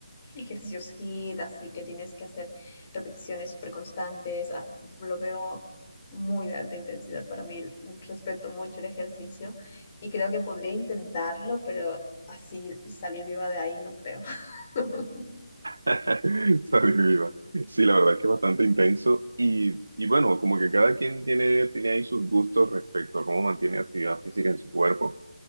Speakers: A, on the left; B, on the right.
A: ejercicios HIIT, así que tienes que hacer repeticiones súper constantes. ah, Lo veo muy de alta intensidad para mí. Respeto mucho el ejercicio y creo que podría intentarlo, pero así salir viva de ahí no creo. <laughs>
B: <laughs> Está viva. Sí, la verdad es que es bastante intenso y, y bueno, como que cada quien tiene, tiene ahí sus gustos respecto a cómo mantiene actividad física en su cuerpo,